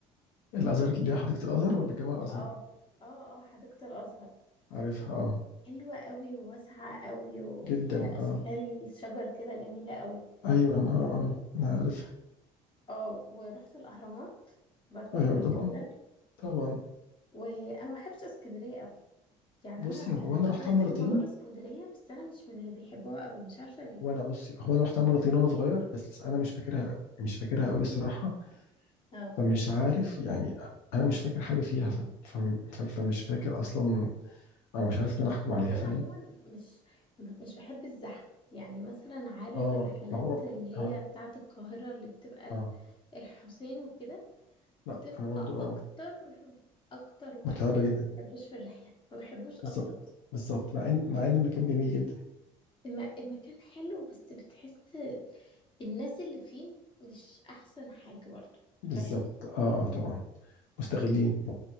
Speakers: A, on the left (about 85°); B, on the left (about 35°).
A: الأزهر اللي هي حديقة الأزهر ولا جامع الأزهر
B: اه اه اه حديقة الازهر
A: عارفها آه
B: حلوة قوي وواسعة قوي وفيها
A: جدا
B: أشكال
A: آه
B: شجر كده جميلة قوي
A: أيوة آه آه أنا عارفها
B: اه ورحت الأهرامات برضو
A: أيوة
B: قبل
A: طبعا
B: كده
A: طبعا
B: وأنا ما بحبش اسكندرية قوي يعني
A: بصي
B: أنا
A: هو أنا رحتها
B: رحت
A: مرتين
B: كذا مرة اسكندرية بس أنا مش من اللي بيحبوها قوي مش عارفة ليه
A: وأنا بصي هو أنا رحتها مرتين وأنا صغير بس أنا مش فاكرها مش فاكرها قوي الصراحة
B: اه
A: فمش عارف يعني أنا مش فاكر حاجة فيها ف... ف... ف... فمش فاكر أصلا او مش عارف ان انا احكم
B: هو
A: عليها فعلا
B: أنا عموما مش م- مش بحب الزحمة يعني مثلا عارف
A: اه
B: الرحلات
A: ما هو
B: اللي هي
A: أنا-
B: بتاعة القاهرة اللي بتبقى
A: اه
B: الحسين وكده
A: لا
B: بتبقى
A: انا برضو
B: أكتر
A: اه
B: أكتر وقت
A: متعبه
B: أنا
A: جدا
B: ما بحبوش في الرحلة ما بحبوش أصلا
A: بالظبط بالظبط مع ان مع ان المكان جميل جدا
B: الم- المكان حلو بس بتحس الناس اللي فيه مش احسن حاجة برضو
A: بالظبط
B: فاهم
A: اه اه طبعا مستغلين